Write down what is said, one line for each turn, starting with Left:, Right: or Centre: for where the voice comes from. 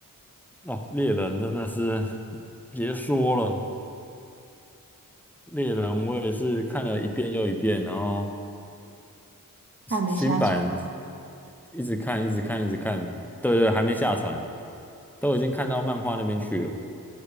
Centre: 哦，猎人真的是别说了，猎人我也是看了一遍又一遍，然后新新版
Right: 他还没下船。
Centre: 一直看，一直看，一直看，对对，还没下船，都已经看到漫画那边去了，